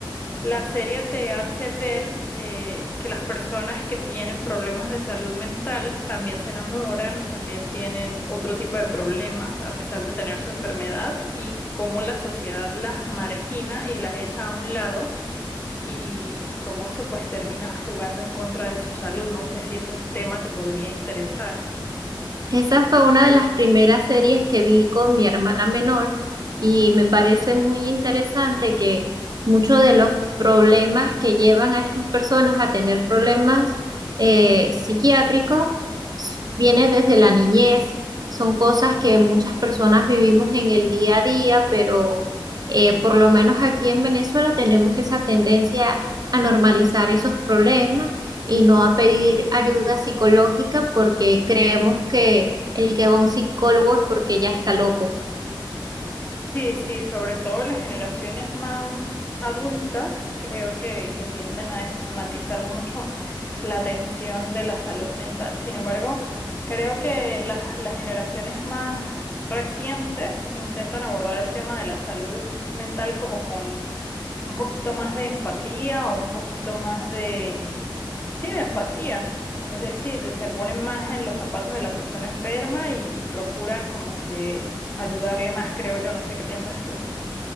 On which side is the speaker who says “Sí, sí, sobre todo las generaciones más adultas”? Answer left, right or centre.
Left